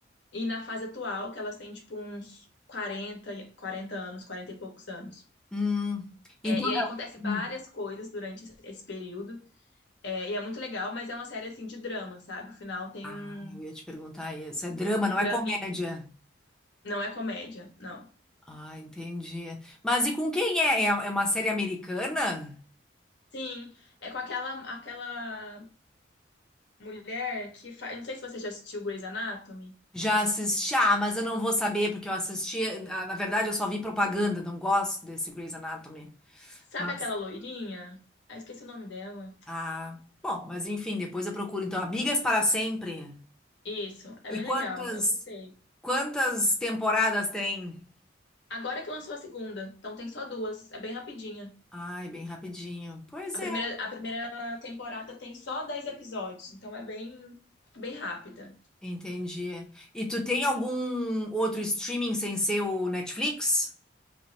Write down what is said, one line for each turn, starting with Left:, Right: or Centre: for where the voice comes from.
Left: E na fase atual, que elas têm tipo uns quarenta, quarenta anos, 40 e poucos anos.
Centre: hum. Então,
Left: É, e aí
Centre: é-
Left: acontece várias
Centre: um, hum.
Left: coisas durante esse esse período. É, e é muito legal, mas é uma série assim de drama, sabe? O final tem
Centre: Ah,
Left: um,
Centre: eu ia te perguntar isso. É drama,
Left: um
Centre: não é
Left: drama,
Centre: comédia.
Left: não é comédia, não.
Centre: Ah, entendi. Mas e com quem é? É é uma série americana?
Left: Sim, é com aquela aquela mulher que faz. Não sei se você já assistiu Grey's Anatomy.
Centre: Já assisti, ah, mas eu não vou saber, porque eu assisti, ah, na verdade eu só vi propaganda, não gosto desse Grey's Anatomy.
Left: Sabe
Centre: Mas,
Left: aquela loirinha? Ah, esqueci o nome dela.
Centre: ah, bom, mas enfim, depois eu procuro. Então, Amigas para Sempre.
Left: Isso, é
Centre: E
Left: bem
Centre: quantas,
Left: legal, eu gostei.
Centre: quantas temporadas tem?
Left: Agora que lançou a segunda, então tem só duas, é bem rapidinha.
Centre: Ai, bem rapidinho. Pois
Left: A
Centre: é,
Left: primeira, a primeira temporada tem só 10 episódios, então é bem, bem rápida.
Centre: entendi. E tu tem algum outro streaming sem ser o Netflix?